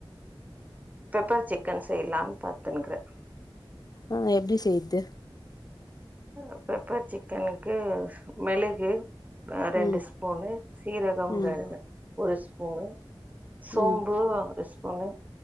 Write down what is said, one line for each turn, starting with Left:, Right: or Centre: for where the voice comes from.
Right: பெப்பர் சிக்கன் செய்லான் பாத்துனுக்குற
Left: ஆ எப்டி செய்ற்து
Right: அ பெப்பர் சிக்கனுக்கு மெளகு ரெண்டு
Left: ம்.
Right: ஸ்பூனு சீரகம்
Left: ம்.
Right: ர ஒரு ஸ்பூனு சோம்பு
Left: ம்.
Right: ஒரு ஸ்பூனு